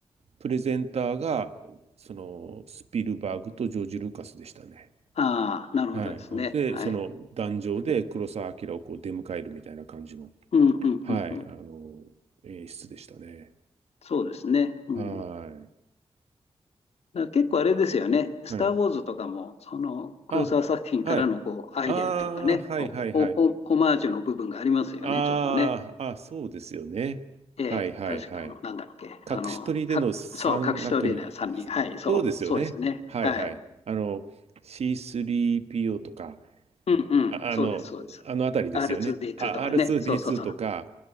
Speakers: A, on the right; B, on the left.
A: プレゼンターが、その、スピルバーグとジョージ・ルーカスでしたね。
B: ああ、なるほどですね。
A: はい。で、
B: はい。
A: その、壇上で黒澤明をこう出迎えるみたいな感じの、
B: うん、うん、うん、
A: はい、
B: うん。
A: あの、演出でしたね。
B: そうですね。うん。
A: は
B: だから結構あれですよね。スター・
A: い。はい。
B: ウォーズとかも、その、
A: あ、
B: 黒沢作品からのこう、
A: はい。
B: アイデアっていうかね、
A: ああ、はい、
B: お、
A: はい、はい。
B: お、お、オマージュの部分がありますよね、
A: ああ、
B: ちょっとね。
A: あ、そうですよね。
B: ええ、
A: はいはいはい。
B: 確か、あの、なんだっけ。あの、
A: 隠し撮りでの山岳に、
B: か、そう、隠しトレーナー3人。
A: あそうですよね。
B: はい、そう、そうですね。
A: はいはい。
B: はい。
A: あの、C3PO とか、
B: うん、うん、
A: あ、
B: そうです、
A: あの、
B: そうです。
A: あのあたりですよね。
B: R2D2
A: あ、
B: とかね。
A: R2D2
B: そうそうそ
A: とか、